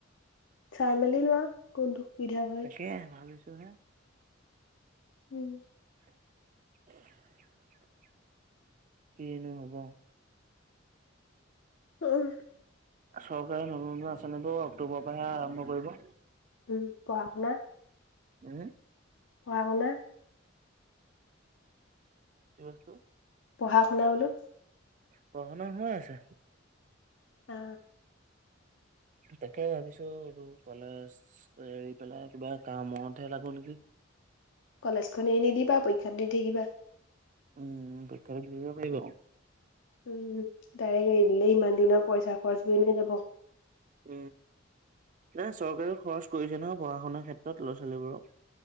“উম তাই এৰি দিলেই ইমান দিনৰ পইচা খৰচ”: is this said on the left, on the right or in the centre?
Left